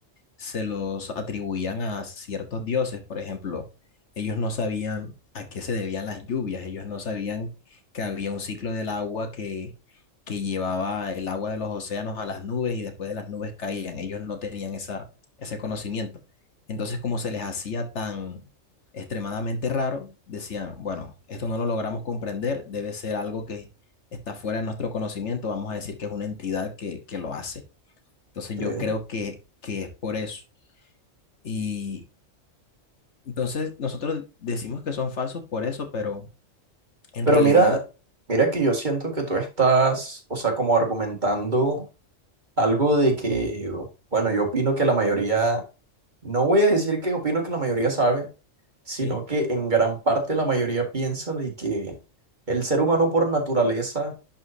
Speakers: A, on the left (about 60°); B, on the right (about 35°).
A: se los atribuían a ciertos dioses. Por ejemplo, ellos no sabían a qué se debían las lluvias, ellos no sabían que había un ciclo del agua que, que llevaba el agua de los océanos a las nubes y después de las nubes caían. Ellos no tenían esa, ese conocimiento. Entonces, como se les hacía tan extremadamente raro, decían, bueno, esto no lo logramos comprender, debe ser algo que está fuera de nuestro conocimiento, vamos a decir que es una entidad que, que lo hace. Entonces
B: Que-
A: yo creo que, que es por eso. Y entonces nosotros decimos que son falsos por eso, pero en
B: Pero
A: realidad,
B: mira, mira que yo siento que tú estás, o sea, como argumentando algo de que, bueno, yo opino que la mayoría No voy a decir que opino que la mayoría sabe, sino
A: sí,
B: que en gran parte la mayoría piensa de que el ser humano por naturaleza